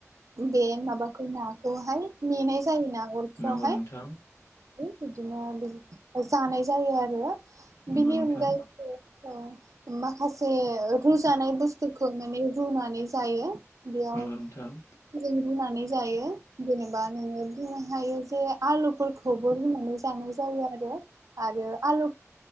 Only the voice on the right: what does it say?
बे माबाखौ नाखौहाय मेनाय जायोना अरखिआवहाय
औ बिदिनोबो‌ जानाय जायो आरो
बिनि
अनगायैबो ओ माखासे रुजानाय बुस्थुखौ माने रुनानै जायो बेआव
जों रुनानै जायो जेनोबा नोङो बुंनो हायो जे आलुफोरखौबो रुनानै जा जानाय जायो आरो आरो आलु